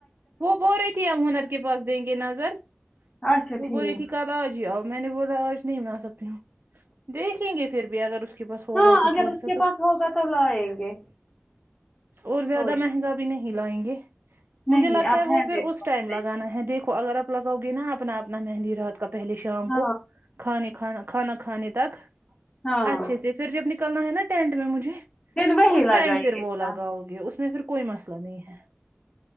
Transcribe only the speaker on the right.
وہ بول رہی تھی ہم ہنر کے پاس دیں گے نظر
وہ
بول رہی تھی کب آؤ جی آؤ میں نے بولا آج نہیں آ سکتی ہوں دیکھیں گے پھر بھی اگر اس کے بس ہوگا
کچھ
ویسا
تو
اور زیادہ
مہنگا
بھی نہیں لائیں گے مجھے
لگتا
ہے وہ پھر
اس
ٹائم لگانا ہے دیکھو اگر اب لگاؤ گے نا اپنا اپنا مہندی رات کا پہلے شام
کو کھانےکھانا کھانا کھانے تک
اچھے سے پھ پھر جب نکلنا ہے نا ٹینٹ میں مجھے
اس
ٹائم پھر وہ
لگاؤ گے اس میں پھر کوئی مسئلہ نہیں ہے